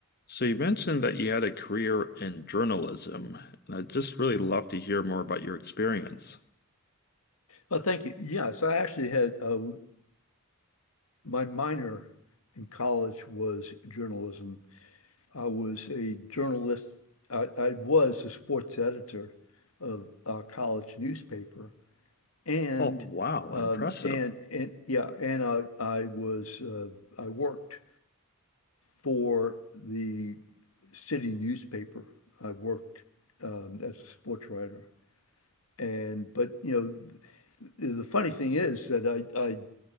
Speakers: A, on the left; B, on the left.
A: So you mentioned that you had a career in journalism, and I'd just really love to hear more about your experience.
B: Oh, thank you. Yes, I actually had uh, my minor in college was journalism. I was a journalist. I, I was the sports editor of a college newspaper, and
A: Oh, wow,
B: um,
A: impressive.
B: and and yeah, and I I was uh, I worked for the city newspaper. I worked um, as a sports writer, and but you know the, the funny thing is that I I